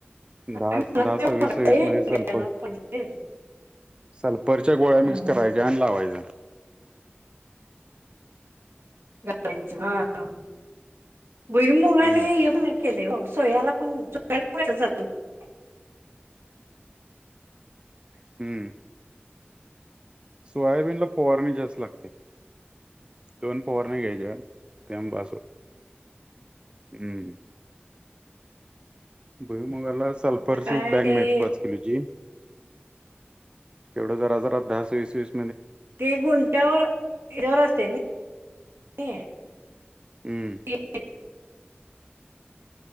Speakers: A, on the right; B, on the right.
A: दहा
B: काय म्हणत
A: दहा,
B: नाही हो
A: सवीस,
B: मला.
A: सवीस
B: ए,
A: मध्ये सल्फर
B: द्यायला पाहिजे.
A: सल्फरच्या गोळ्या
B: हम्म,
A: मिक्स
B: हम्म.
A: करायच्या अन् लावायच.
B: <unintelligible> भुईमुगाला
A: हम्म
B: येत नाही का? केले हो. सोयाला पण. सोयालाचा <unintelligible>
A: हम्म. सोयाबीनला फवारणी जास्त लागते. दोन फवारण्या घ्यायच्या. <unintelligible> हम्म. भुईमुगाला सल्फरची
B: आता काय
A: एक बॅग
B: ते
A: मिळते पाच किलोची. तेवढं जरा जरात दहा, सवीस, सवीस
B: ते गुंट्यावर, याच्यावर असते ना
A: हम्म
B: <unintelligible>